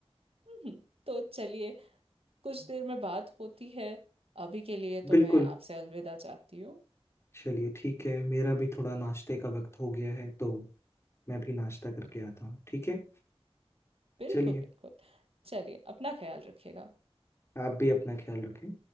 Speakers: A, on the right; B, on the left.
A: हम्म, तो चलिए कुछ देर में बात होती है अभी के लिए तो
B: बिल्कुल
A: मैं आपसे अलविदा चाहती हूँ
B: चलिए ठीक है मेरा भी थोड़ा नाश्ते का वक्त हो गया है तो मैं भी नाश्ता करके आता हूँ ठीक है
A: बिल्कुल
B: चलिए
A: बिल्कुल चलिए अपना ख्याल रखिएगा
B: आप भी अपना ख्याल रखें